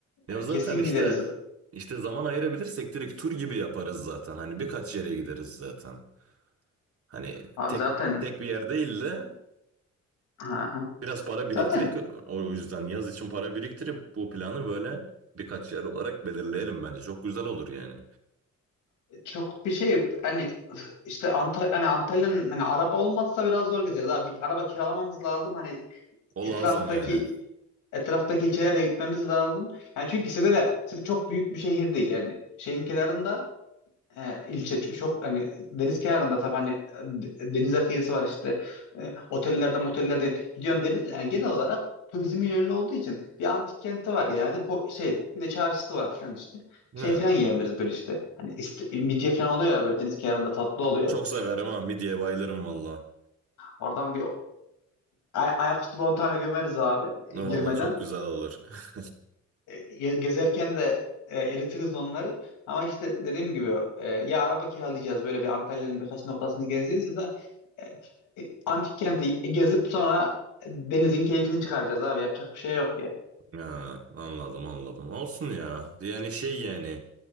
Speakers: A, on the right; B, on the left.
A: Ya
B: Yani
A: zaten
B: kesin
A: işte
B: gideriz.
A: işte zaman ayırabilirsek direkt tur gibi yaparız zaten. Hani birkaç yere gideriz zaten. Hani
B: Abi
A: tek
B: zaten
A: tek bir yer değil de
B: Hı hı.
A: biraz para biriktirip
B: zaten
A: o yüzden yaz için para biriktirip bu planı böyle birkaç yer olarak belirleyelim bence. Çok güzel olur yani.
B: çok bir şey hani işte Antalya hani Antalya'nın hani araba olmazsa biraz zor gezeriz. Abi bir araba kiralamamız lazım. Hani
A: O
B: etraftaki
A: lazım yani.
B: etraftaki ilçelere de gitmemiz lazım. Yani çünkü ikisi de de ikisi çok büyük bir şehir değil. Yani şeyin kenarında e, ilçe ç- çok hani deniz kenarında tabii hani e, de- denize kıyısı var işte e, otellerde motellerde gidiyorsun deniz yani genel olarak turizmiyle ünlü olduğu için bir antik kenti var yani Po- şey bir de çarşısı var falan işte
A: Ne?
B: şey falan yiyebiliriz böyle işte hani ist- e, midye falan oluyor ya böyle deniz kenarında tatlı oluyor
A: Çok severim ama midyeye bayılırım valla.
B: oradan bir ay- ayaküstü bir 10 tane gömeriz abi
A: Valla
B: girmeden
A: çok güzel olur. <laughs>
B: E, ge- gezerken de e, eritiriz onları. Ama işte dediğim gibi e, ya araba kiralayacağız böyle bir Antalya'nın birkaç noktasını gezeceğiz ya da e, e, antik kenti gezip sonra denizin keyfini çıkaracağız abi. Yapacak bir şey yok ya.
A: Ha, anladım anladım. Olsun ya. Yani şey yani